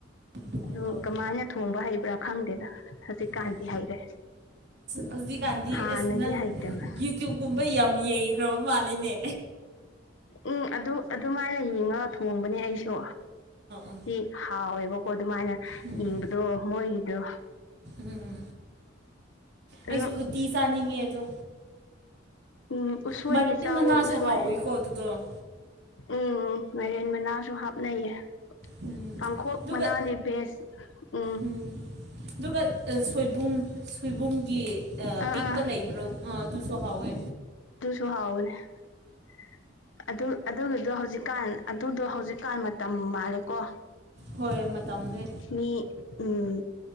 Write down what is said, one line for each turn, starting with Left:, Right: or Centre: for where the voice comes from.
Right: ꯑꯗꯨꯃꯥꯏꯅ
Left: ꯑꯗꯨꯝ
Right: ꯇꯧꯋꯤ
Left: ꯀꯃꯥꯏꯅ ꯊꯣꯡꯕ ꯍꯩꯕ꯭ꯔꯥ ꯈꯪꯗꯦꯗ ꯍꯧꯖꯤꯛꯀꯥꯟꯗꯤ
Right: ꯎꯝ
Left: ꯍꯩꯔꯦ꯫
Right: ꯍꯧꯖꯤꯛꯀꯥꯟꯗꯤ
Left: ꯍꯥꯟꯅꯗꯤ
Right: ꯑꯁ ꯅꯪ
Left: ꯍꯩꯇꯕ
Right: ꯌꯨꯇ꯭ꯌꯨꯕ ꯀꯨꯝꯕ ꯌꯥꯝ ꯌꯦ ꯈ꯭ꯔꯕ ꯃꯥꯜꯂꯤꯅꯦ
Left: ꯎꯝ ꯑꯗꯨ ꯑꯗꯨꯃꯥꯏꯅ ꯌꯦꯡꯉꯒ ꯊꯣꯡꯕꯅꯦ ꯑꯩꯁꯨ
Right: ꯑ
Left: ꯁꯤ ꯍꯥꯎꯋꯦꯕꯀꯣ ꯑꯗꯨꯃꯥꯏꯅ
Right: ꯎꯝ
Left: ꯏꯪꯕꯗꯣ ꯃꯣꯏꯒꯤꯗꯣ
Right: ꯎꯝ
Left: ꯑꯗꯣ
Right: ꯑꯩꯁꯨ ꯎꯇꯤ ꯆꯥꯅꯤꯡꯉꯦ ꯑꯗꯣ
Left: ꯎꯝ ꯎꯁꯣꯏꯒꯤ
Right: ꯃꯔꯤꯟ
Left: ꯆꯥꯎ
Right: ꯃꯅꯥꯁꯨ
Left: ꯎꯁꯣꯏ
Right: ꯍꯥꯎꯋꯤꯀꯣ ꯑꯗꯨꯗꯣ
Left: ꯎꯝ ꯃꯔꯦꯟ ꯃꯅꯥꯁꯨ ꯍꯥꯞꯅꯩꯌꯦ
Right: ꯎꯝ
Left: ꯄꯥꯡꯈꯣꯛ
Right: ꯑꯗꯨꯒ
Left: ꯃꯅꯥꯗꯤ ꯕꯦꯁ ꯎ꯫
Right: ꯎꯝ ꯑꯗꯨꯒ ꯁꯣꯏꯕꯨꯝ ꯁꯣꯏꯕꯨꯝꯒꯤ ꯑ
Left: ꯑꯥ
Right: ꯄꯤꯛꯄ
Left: ꯑꯥ
Right: ꯂꯩꯕ꯭ꯔꯣ ꯑ ꯑꯗꯨꯁꯨ ꯍꯥꯎꯋꯦ
Left: ꯑꯗꯨꯁꯨ <inaudible> ꯑꯗꯨ ꯑꯗꯨꯒꯤꯗꯣ ꯍꯧꯖꯤꯛꯀꯥꯟ ꯑꯗꯨꯗꯣ ꯍꯧꯖꯤꯛꯀꯥꯟ ꯃꯇꯝ ꯃꯥꯜꯂꯦꯀꯣ꯫
Right: ꯍꯣꯏ ꯃꯇꯝꯅꯦ꯫
Left: ꯃꯤ ꯎꯝ